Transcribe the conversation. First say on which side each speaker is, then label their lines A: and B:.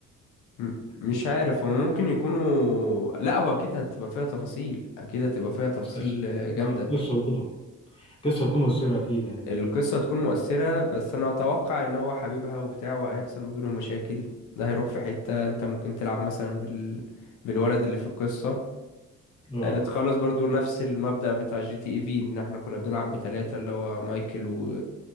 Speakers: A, on the left (about 85°); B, on the left (about 20°).
A: م- مش
B: <laughs>
A: عارف هو ممكن يكونوا لا هو اكيد هتبقى فيها تفاصيل اكيد هتبقى فيها تفاصيل
B: القصة
A: آه، جامده
B: اه القصة برضه القصة هتكون مؤثرة أكيد يعني
A: القصه هتكون مؤثره بس انا اتوقع ان هو حبيبها وبتاع وهيحصل ما بينهم مشاكل ده هيروح في حته انت ممكن تلعب مثلا بال... بالولد اللي في القصه
B: اه
A: آه، تخلص برضو نفس المبدأ بتاع جي تي اي في ان احنا كنا بنلعب بتلاتة اللي هو مايكل و...